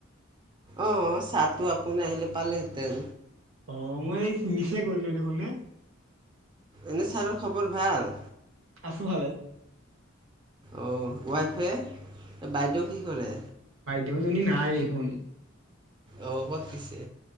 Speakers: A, on the right; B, on the right.
A: অ' চাহটো আপুনি আহিলে পালেহেঁতেন!
B: অ' মই মিছে কৰিলো দেখোন এ।
A: এনে ছাৰৰ খবৰ ভাল?
B: আছো ভালে।
A: অ ৱাইফে বাইদেউ কি কৰে
B: দেউজনী নাই দেখোন
A: অহ কত পিছে